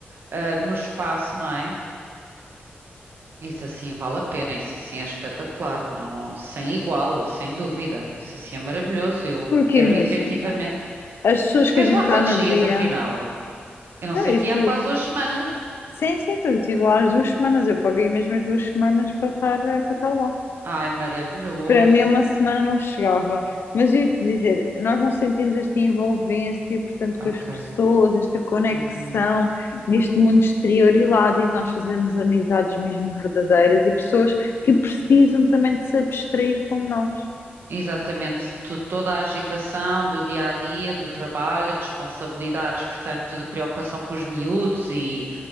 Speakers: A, on the right; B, on the left.
A: ah, no espaço, não é? Isso assim vale a pena, isso assim é espetacular, não, sem igual, sem dúvida. Isso assim é maravilhoso, eu
B: porque
A: quero
B: imagina,
A: efetivamente.
B: as pessoas
A: Tu estiveste
B: que a gente
A: lá quantos
B: está no
A: dias,
B: dia.
A: afinal? Eu
B: Então,
A: não sei,
B: eu
A: te
B: tive...
A: há quase duas semanas.
B: Sim, sim, então, eu estive lá as duas semanas. Eu paguei mesmo as duas semanas para estar, eh, para estar lá.
A: Ai, maravilhoso.
B: Para mim, uma semana não chegava. Mas eu ia te dizer, nós não sentimos esta envolvência, portanto, com
A: Ok.
B: as pessoas, esta conexão
A: Uhum.
B: neste mundo exterior e lá dentro nós fazemos amizades mesmo verdadeiras e pessoas que precisam também de se abstrair como nós.
A: Exatamente, Tu- toda a agitação do dia a dia, do trabalho, responsabilidades, portanto, de preocupação com os miúdos e,